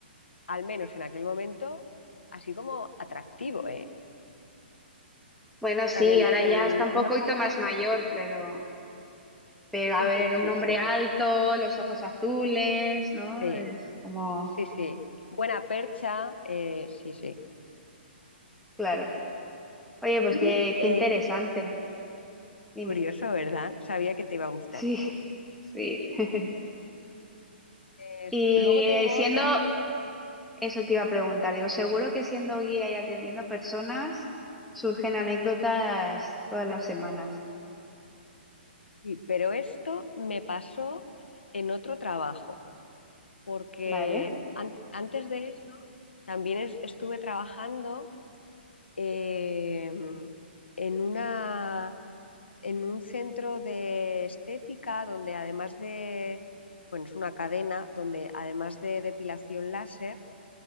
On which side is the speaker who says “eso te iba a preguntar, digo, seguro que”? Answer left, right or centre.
Centre